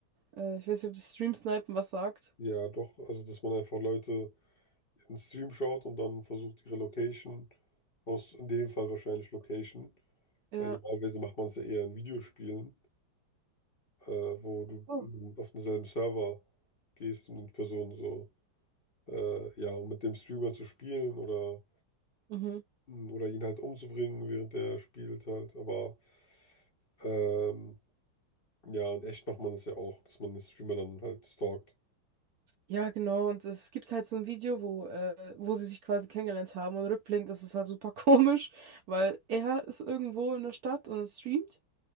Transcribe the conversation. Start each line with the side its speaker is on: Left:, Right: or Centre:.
Right: Äh, ich weiß nicht, ob das Stream Snipen was sagt.
Left: ja, doch, also dass man einfach Leute in den Stream schaut und dann versucht, ihre Location, aus in dem Fall wahrscheinlich Location
Right: Ja.
Left: Weil normalerweise macht man es ja eher in Videospielen, äh, wo du
Right: Oh.
Left: mm, auf denselben Server gehst und mit Personen so, äh, ja, um mit dem Streamer zu spielen oder,
Right: Mhm.
Left: mm, oder ihn halt umzubringen, während er spielt halt. Aber ähm, ja, in echt macht man es ja auch, dass man den Streamer dann halt stalkt.
Right: Ja, genau. Und es gibt halt so ein Video, wo, äh, wo sie sich quasi kennengelernt haben. Und rückblickend ist es halt super <laughs> komisch, weil er ist irgendwo in der Stadt und streamt.